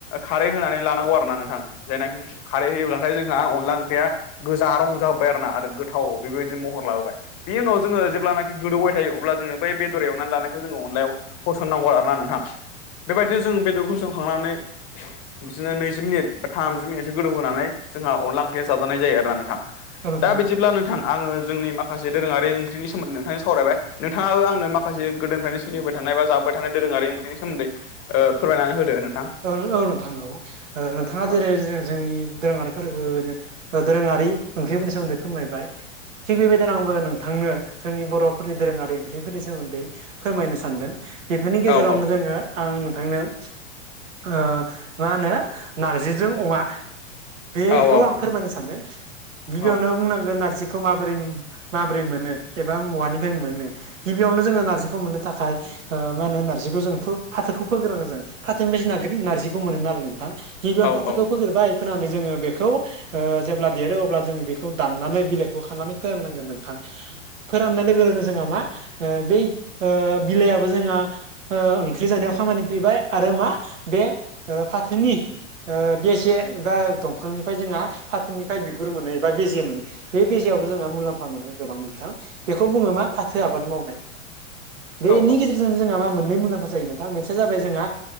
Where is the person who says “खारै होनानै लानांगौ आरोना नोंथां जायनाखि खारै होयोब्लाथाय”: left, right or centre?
Left